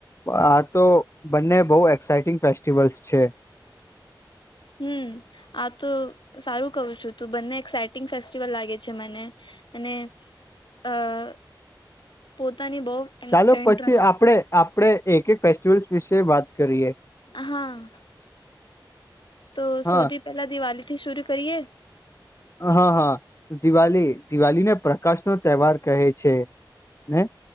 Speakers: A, on the left; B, on the left.
A: આ તો બંને બહુ એક્સાઈટિંગ ફેસ્ટિવલ્સ છે.
B: હમ્મ. આ તો સારું કહું છું, તું બંને એક્સાઇટિંગ ફેસ્ટિવલ લાગે છે મને. અને અહ પોતાની બહુ
A: ચાલો
B: ઇન્ટરેસ્ટ
A: પછી આપણે-આપણે એક-એક ફેસ્ટિવલ્સ વિશે વાત કરીએ.
B: હા. તો સૌથી
A: હા
B: પહેલા દિવાળી થી શુરુ કરીએ?
A: હા, હા. દિવાલી. દિવાલીને પ્રકાશ નો તહેવાર કહે છે. ને